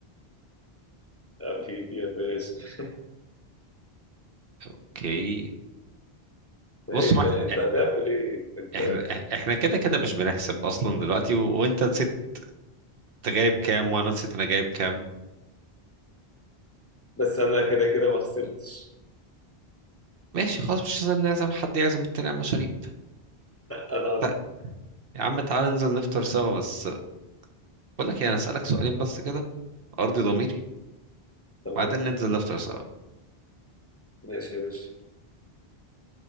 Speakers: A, on the left (about 15°); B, on the right (about 65°).
A: حبيبي يا باشا <laughs>
B: اوكي
A: ده
B: بص
A: ايه
B: هو
A: الكلام
B: احنا
A: انت هتعمل ايه انت
B: احنا إحنا كده كده مش بنحسب اصلا دلوقتي و... وانت نسيت انت جايب كام وانا نسيت انا جايب كام
A: بس انا كده كده ما خسرتش
B: ماشي خلاص مش لازم نعزم حد يعزم التاني على المشاريب
A: انا عظمة
B: طيب يا عم تعالى ننزل نفطر سوا بس بقول لك ايه انا اسالك سؤالين بس كده ارضي ضميري
A: تمام
B: بعدين ننزل نفطر سوا
A: ماشي يا باشا